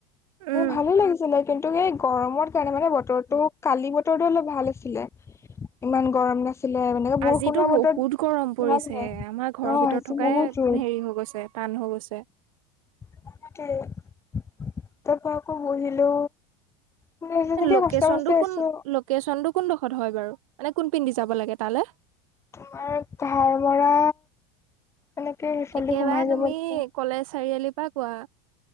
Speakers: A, on the right (about 80°); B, on the left (about 15°).
A: উম
B: ভালে লাগিছিলে। কিন্তু এই গৰমত কাৰণে মানে বতৰটো কালি বতৰটো অলপ ভাল আছিলে। ইমান গৰম নাছিলে, মানকে
A: আজিতো
B: বৰষুণৰ
A: বহুত
B: বতৰ
A: গৰম পৰিছে
B: ভাল হয়,
A: আমাৰ ঘৰৰ
B: অ'
A: ভিতৰত
B: আজি
A: থকাই
B: বহুত
A: হেৰি
B: ৰ'দ
A: হৈ গৈছে টান হৈ গৈছে।
B: <unintelligible> তাৰপৰা আকৌ বহিলো। মানে তেনেকে
A: এ লোকেচনটো
B: কষ্ট মষ্টে
A: কোন
B: আছো
A: লোকেশ্বনটো কোনডোখৰত হয় বাৰু মানে কোন পিনদি যাব লাগে তালে।
B: তোমাৰ ধাৰ মৰা এনেকে সেইফালে
A: একেবাৰে
B: সোমাই
A: তুমি
B: যাব লাগে
A: কলেজ চাৰিআলিৰ পৰা কোৱা।